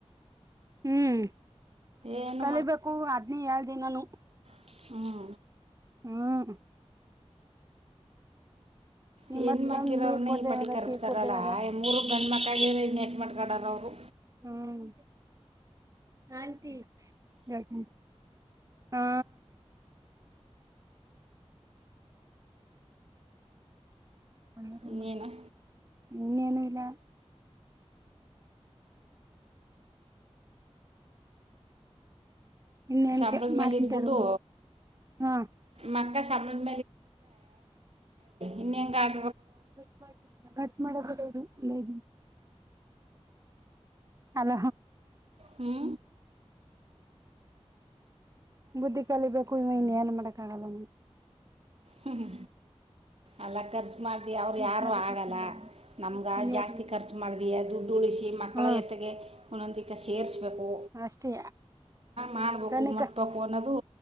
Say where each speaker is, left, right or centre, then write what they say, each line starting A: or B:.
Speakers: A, on the right (about 30°); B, on the right (about 65°).
A: ಹ್ಮ್
B: ಏನು
A: ಕಲಿಬೇಕು ಅದ್ನೇ ಎಳ್ ದಿನಾನು
B: ಹ್ಮ್
A: ಹ್ಮ ನಿಮ್ಮತ್ಗ
B: ಹೆಣ್ಣು ಮಕ್ಕಳ
A: ನೀರ್
B: ಇದ್ರೆ
A: ಕೊಡ್ದೇವದ
B: ಇಷ್ಟು ಕರ್ಕ್ತರಲ್ಲ
A: ಟೀ ಕೊಡ್ದೇವದ
B: ಇನ್ನು ಮೂರು ಗಂಡು ಮಕ್ಕಳ ಮ್ಕಾಡಲ್ಲ ಅವರು
A: ಹ್ಮ್ ಆಂಟಿ ಜಾಕ ಹಾ ಅಲ್ಲ ತಂಬ
B: ಇನ್ನೇನು
A: ಇನ್ನೇನು ಇಲ್ಲ ಇನ್ನೇನ್
B: ಸಂಬಳದ
A: ಕೆಲ್ ಮಾಡ್ತಂತರ
B: ಮೇಲೆ ಇದ್ಬಿಟ್ಟು
A: ಹ
B: ಮಕ್ಕ ಸಂಬಳದ ಇನ್ನೆಂಗಾಡ
A: ಕು ಮಾಡ <inaudible> ಅಲ
B: ಹ್ಮ್
A: ಬುದ್ಧಿ ಕಲಿಬೇಕೇಕು ಇವ ಇನ್ ಏನ್ ಮಾಡಕ್ ಆಗಲ್ಲ
B: ಹ್ಮ್ ಹ್ಮ ಅಲ್ಲಕ್ಕರ್ ಖರ್ಚು ಮಾಡಿದ ಅವ್ರು
A: ದುಡ್ಡು
B: ಯಾರೂ ಆಗಲ್ಲ
A: ಕಟ್ ಮಾಡ
B: ನಮ್ಗೆ
A: ಇನ್ನೆರಡ್
B: ಜಾಸ್ತಿ
A: ನಿಮಿಷ
B: ಖರ್ಚು ಮಾಡಿದ ದುಡ್ಡು ಉಳಿಸಿ ಮಕ್ಕಳ
A: ಹ್ಮ
B: ಜತೆಗೆ ಒಂದೊಂದಕ್ಕ ಸೇರಿಸ್ಬೇಕು
A: ಅಷ್ಟೇ
B: ಮಾಡಬೇಕು
A: ಕನಿಕ
B: ಮುಟ್ಬೇಕು ಅನ್ನೋದು